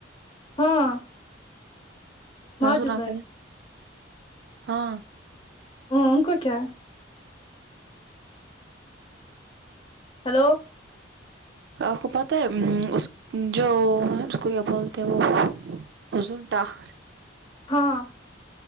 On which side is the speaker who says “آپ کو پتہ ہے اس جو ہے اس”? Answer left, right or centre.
Right